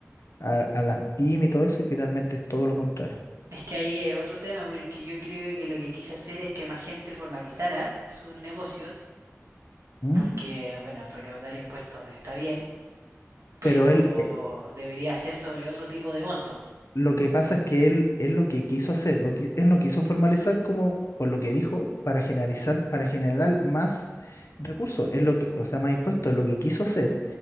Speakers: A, on the left; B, on the right.
A: a, a las pymes y todo eso, y finalmente es todo lo contrario.
B: Es que ahí es otro tema, porque yo creo que lo que quise hacer es que más gente formalizara sus negocios
A: ¿Mm?
B: porque, bueno, recaudar impuestos está bien, pero
A: Pero él, eh,
B: debería ser sobre otro tipo de monto.
A: lo que pasa es que él, él lo que quiso hacer, lo que, él no quiso formalizar como, por lo que dijo, para generalizar, para generar más recursos, es lo que, o sea, más impuestos. Lo que quiso hacer